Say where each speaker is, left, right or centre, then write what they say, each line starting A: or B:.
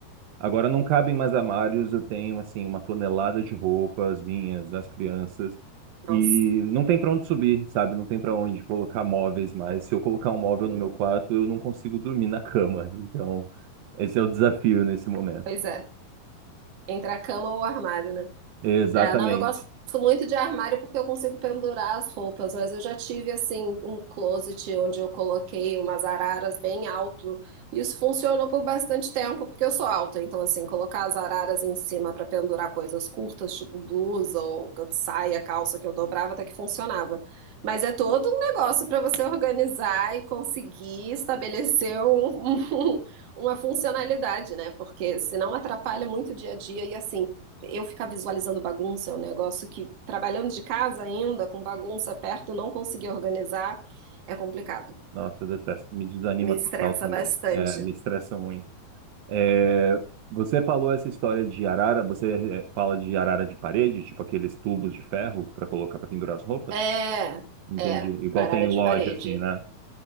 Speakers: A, on the right; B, on the right.
A: Agora não cabem mais armários, eu tenho assim uma tonelada de roupas minhas, das crianças,
B: Nossa.
A: e não tem pra onde subir, sabe? Não tem para onde colocar móveis mais. Se eu colocar um móvel
B: né?
A: no meu quarto, eu não consigo dormir na cama. <laughs> Então, esse é o desafio nesse momento.
B: Pois é. Entre a cama ou o armário, né?
A: Exatamente.
B: É, não, eu gosto muito de armário porque eu consigo pendurar as roupas, mas eu já tive assim um closet onde eu coloquei umas araras bem alto. E isso funcionou por bastante tempo, porque eu sou alta, então assim, colocar as araras em cima para pendurar coisas curtas, tipo blusa ou saia, calça que eu dobrava, até que funcionava. Mas é todo um negócio para você organizar e conseguir estabelecer um, <laughs> uma funcionalidade, né? Porque senão atrapalha muito o dia a dia e assim, eu ficar visualizando bagunça é um negócio que, trabalhando de casa ainda, com bagunça perto, não conseguir organizar, é complicado.
A: Nossa, eu detesto. Me desanima
B: Me estressa
A: total também.
B: bastante.
A: É, me estressa muito. É, você falou essa história de arara, você eh, fala de arara de parede, tipo aqueles tubos de ferro para colocar para pendurar as roupas?
B: É,
A: Entendi.
B: é,
A: Igual
B: arara
A: tem em loja,
B: de parede.
A: assim, né?